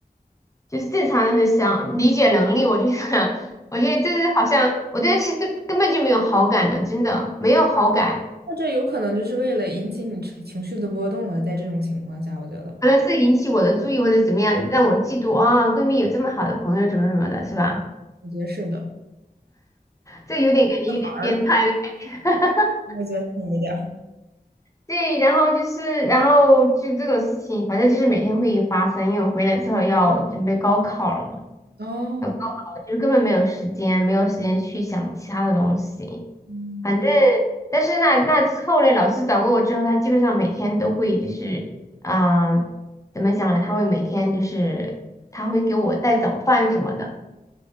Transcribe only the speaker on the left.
就是正常人的想理解能力，我觉得 <laughs> 我觉得这是好像我对她其实根本就没有好感的，真的没有好感，
可能是引起我的注意或者怎么样，让我嫉妒啊，闺蜜有这么好的朋友怎么怎么的，是吧？
这有点感觉有点变态的感觉。
<laughs>
对，然后就是，然后就这种事情，反正就是每天会发生，因为我回来之后要准备高考了嘛，
要高考了就根本没有时间，没有时间去想其他的东西。
反正，但是那那之后呢，老师找过我之后，他基本上每天都会就是，嗯、怎么讲呢？他会每天就是他会给我带早饭什么的。